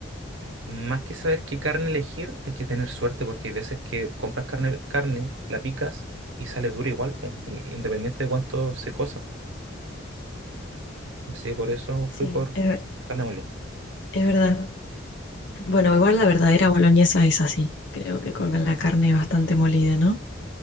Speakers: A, on the right; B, on the left.
A: Más que saber qué carne elegir, hay que tener suerte porque hay veces que compras carne, carne, la picas y sale dura igual, po, in- independiente de cuánto se cosa. Así que por eso
B: Sí,
A: fui por
B: es, ver-
A: carne mole.
B: es verdad. Bueno, igual la verdadera boloñesa es así. Creo que con la carne bastante molida, ¿no?